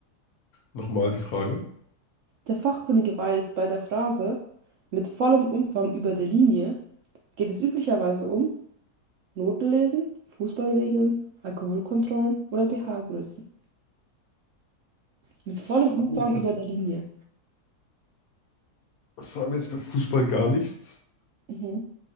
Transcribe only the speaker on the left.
Nochmal die Frage.
Das
sagt mir,
das sagt mir jetzt bei Fußball gar nichts.